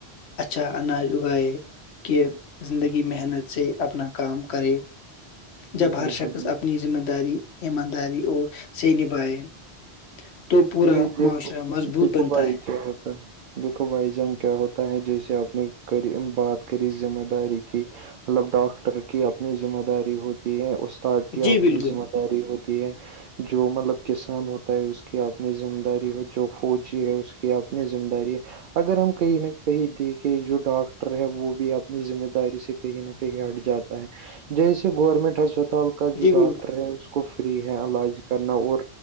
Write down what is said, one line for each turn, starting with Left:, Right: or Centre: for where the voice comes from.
Left: اچھا اناج اگائے کہ زندگی
Right: جی
Left: محنت سے اپنا کام کرے جب
Right: جی
Left: ہر شخص
Right: ہاں
Left: اپنی ذمہ داری ایمانداری اور سے نبھائے تو پورا
Right: جی دیکھو
Left: معاشرہ مضبوط
Right: دیکھو
Left: بنتا
Right: بھائی
Left: ہے
Right: کیا ہوتا ہے دیکھو بھائی جان کیا ہوتا ہے جیسے آپ نے بات کری ذمہ داری کی مطلب ڈاکٹر کی اپنی ذمہ داری ہوتی استاد کی
Left: جی
Right: اپنی
Left: بالکل
Right: ذمہ داری ہوتی ہے جو مطلب کسان ہوتا ہے اس کی اپنی ذمہ داری ہو جو فوجی ہے اس کی اپنی ذمہ داری ہے اگر ہم کہیں نہ کہیں دیکھے جو ڈاکٹر ہے وہ بھی اپنی ذمہ داری سے کہیں نہ کہیں ہٹ جاتا ہے جیسے گورنمنٹ ہسپتال کو کا جو
Left: جی بالکل
Right: ڈاکٹر ہے اس کو فری ہے علاج کرنا اور